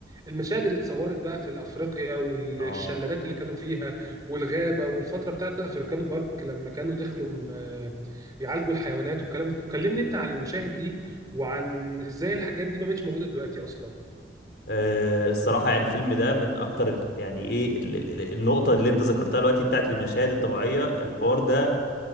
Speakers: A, on the right; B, on the left.
A: المشاهد اللي اتصورت بقى في افريقيا والشلالات
B: اه
A: اللي كانوا فيها والغابة والفترة بتاعت افريكانو بارك لما كانوا دخلوا م- آه، يعالجوا الحيوانات والكلام ده كلمني انت عن المشاهد دي وعن ازاي الحاجات دي ما بقتش موجودة دلوقتي اصلا
B: آه، الصراحة يعني الفيلم ده من أكتر ال- يعني إيه ال- ال- ال- النقطة اللي أنت ذكرتها دلوقتي بتاعت المشاهد الطبيعية الحوار ده